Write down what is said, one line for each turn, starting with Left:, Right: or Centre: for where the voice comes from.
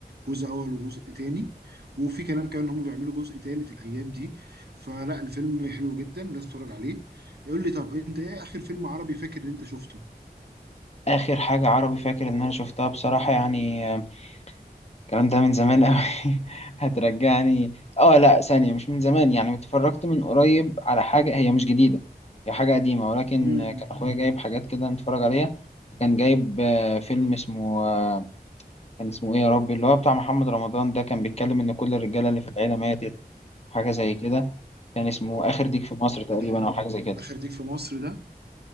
Right: جزء اول وجزء تاني وفي كلام كمان ان هم بيعملوا جزء تالت الايام دي فلا الفيلم حلو جدا لازم تتفرج عليه يقول لي طب انت ايه اخر فيلم عربي فاكر ان انت شفته
Left: آخر حاجة عربي فاكر إن أنا شفتها بصراحة يعني آه، الكلام ده من زمان أوي <laughs> هترجعني آه لأ ثانية مش من زمان يعني اتفرجت من قريب على حاجة هي مش جديدة هي حاجة قديمة ولكن
Right: امم
Left: كان أخويا جايب حاجات كده نتفرج عليها فكان جايب آه، فيلم اسمه آه، كان اسمه ايه يا ربي اللي هو بتاع محمد رمضان ده كان بيتكلم ان كل الرجاله اللي في العيله ماتت حاجه زي كده كان اسمه اخر ديك في مصر تقريبا
Right: ده
Left: او حاجه زي كده
Right: اخر ديك في مصر ده